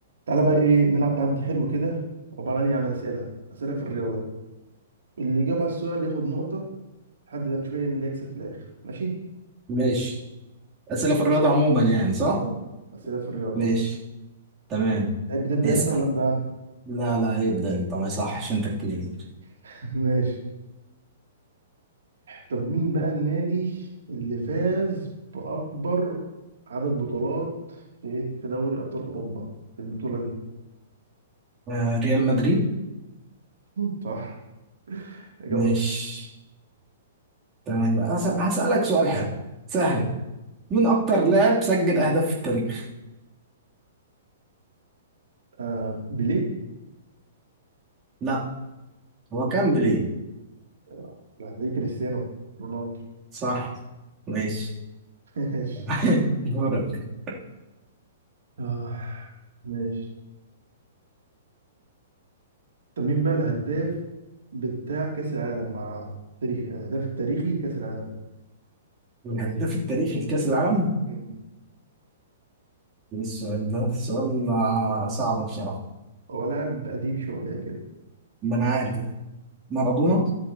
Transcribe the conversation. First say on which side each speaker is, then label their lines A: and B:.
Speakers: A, on the right; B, on the right.
A: تعالى بقى ايه نلعب تعدي حلو كده عبارة عن إيه؟ عن اسئله اسئله في الرياضه اللي يجاوب على السؤال ياخد نقطه لحد ما نشوف إيه مين اللي يكسب في الاخر ماشي
B: ماشي أسئلة في الرياضة عموما يعني صح؟
A: اه اسئله في الرياضه
B: ماشي
A: اهو
B: تمام
A: تحب تبدا
B: اسأل
A: انت ولا ابدا انا
B: لا لا يبدأ أنت ما صحش أنت الكبير
A: <laughs> ماشي طب مين بقى النادي اللي فاز باكبر عدد بطولات في ايه في دوري ابطال اوروبا في البطوله دي
B: آه ريال مدريد
A: <laughs> صح اجابه
B: ماشي تمام هس- هسألك سؤال حلو سهل مين أكتر لاعب سجل أهداف في التاريخ؟
A: آه بيليه
B: لا هو كان بيليه
A: آه، هتلاقيه كريستيانو رونالدو
B: صح ماشي
A: <laughs> ماشي
B: <laughs> دورك
A: آه ماشي طب مين بقى الهداف بتاع كأس العالم مع تاريخ يعني الهداف التاريخي لكأس العالم
B: الهداف التاريخي لكأس العالم؟
A: مم.
B: إيه السؤال ده سؤال آه، صعب بصراحة
A: هو لاعب قديم شوية كده
B: ما أنا عارف مارادونا
A: مم.